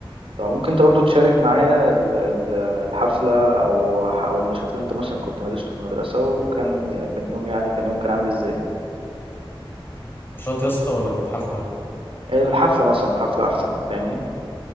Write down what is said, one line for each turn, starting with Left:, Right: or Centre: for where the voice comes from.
Right: فممكن انت برضو تشارك معايا ال- ال- الحفلة او او النشاط اللي انت مثلا كنت مارسته في المدرسة وكان كان يوم يعني كان يوم كان عامل ازاي
Left: نشاط يا اسطى ولا كانت حفله
Right: الحفلة مثلا حفلة احسن فاهمني